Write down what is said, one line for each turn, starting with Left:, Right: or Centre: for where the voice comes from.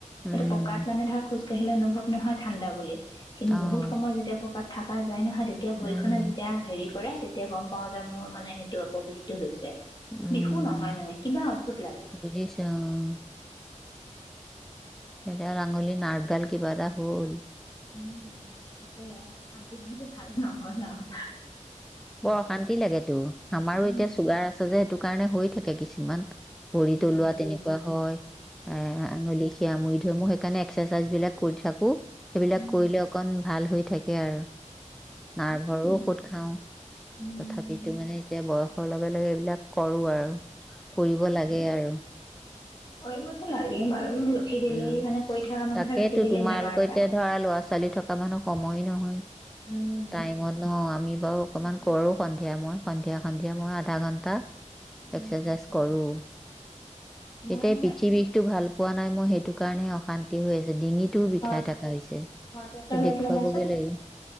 Centre: উম
Left: এইটো পকাত, মানে, ধৰা, খোজ কাঢ়িলে অনুভৱ নহয়, ঠাণ্ডা বুলি কিন্তু
Centre: অ'
Left: বহুত সময় যেতিয়া পকাত থাকা যায় নহয়। তেতিয়া ভৰিখনে
Centre: উম
Left: যেতিয়া হেৰি কৰে তেতিয়া গম পাওঁ যে মোৰ, মানে, সেইটো আকৌ বিষটো হৈছে।
Centre: উম।
Left: বিহু নহয় মানে কিবা অদ্ভুত লাগে।
Centre: বুজিছোঁ। অ' এডাল আঙুলিৰ নাৰ্ভডাল কিবা এটা হ'ল
Left: উম তাকে। আজিলৈকে ভাল নহ'ল আৰু
Centre: বৰ অশান্তি লাগেতো। আমাৰো
Left: উম।
Centre: এতিয়া চুগাৰ আছে যে সেইটো কাৰণে হৈ থাক কে, কিছুমান ভৰিতলুৱা
Left: উম।
Centre: তেনেকুৱা হয়। এ, আঙুলি, সিৰা মুৰি ধৰে মোৰ। সেইকাৰণে এক্সাৰচাইজবিলাক কৰি থাক কো, সেইবিলাক
Left: উম।
Centre: কৰিলে অকণ ভাল হৈ থাকে আৰু নাৰ্ভৰো
Left: উম
Centre: ঔষধ খাওঁ।
Left: উম
Centre: তথাপিতো, মানে, এতিয়া বয়সৰ লগে-লগে এইবিলাক কৰোঁ আৰু <inaudible> কৰিব লাগে আৰু
Left: কৰিবতো লাগেই বাৰু ৰখি দিলেই
Centre: উম,
Left: মানে কৰি থকা মানুহে
Centre: তাকেইতো।
Left: ৰখি দিলেই
Centre: তোমালোকৰ
Left: বেমাৰ
Centre: এতিয়া,
Left: পায়।
Centre: ধৰা, ল'ৰা-ছোৱালী থকা মানুহ সময়ে নহয়
Left: উম
Centre: টাইমত ন। আমি বাৰু অকণমান
Left: সেইটোৱে।
Centre: কৰোঁ। সন্ধিয়া মই সন্ধিয়া সন্ধিয়া মই আধা ঘণ্টা
Left: উম
Centre: এক্সাৰচাইজ
Left: উম
Centre: কৰোঁ।
Left: মই
Centre: এতিয়া
Left: মানে
Centre: এই পৃথিৱীষটো ভাল পোৱা নাই নাই মই সেইটো কাৰণে অশান্তি হৈ আছ ডিঙিটোও বিষাই
Left: হট
Centre: থকা হৈছে
Left: হট ৱাটাৰ বেগ
Centre: দেখুৱাবগৈ
Left: ল'বাচোন।
Centre: লাগ